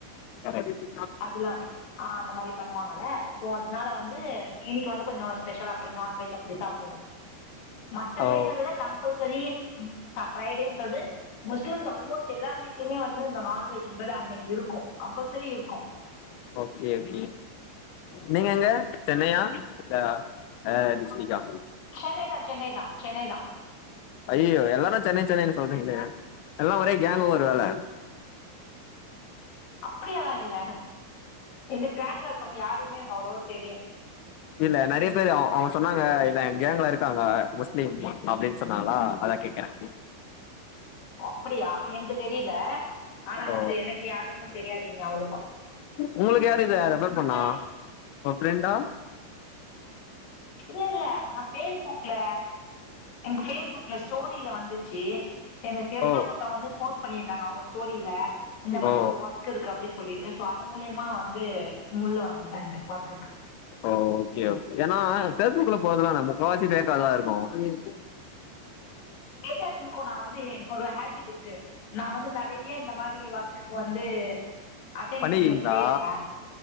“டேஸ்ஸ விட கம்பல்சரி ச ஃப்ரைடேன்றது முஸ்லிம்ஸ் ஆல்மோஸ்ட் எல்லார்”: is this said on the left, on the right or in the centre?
Left